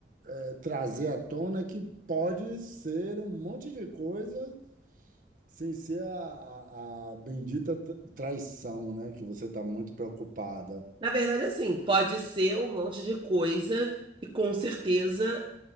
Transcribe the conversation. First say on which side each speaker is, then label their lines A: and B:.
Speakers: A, on the right (about 50°); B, on the right (about 30°).
A: eh, trazer à tona é que pode ser um monte de coisa Sem ser a, a, a bendita tra- traição, né? Que você está muito preocupada.
B: na verdade, assim, pode ser um monte de coisa e com certeza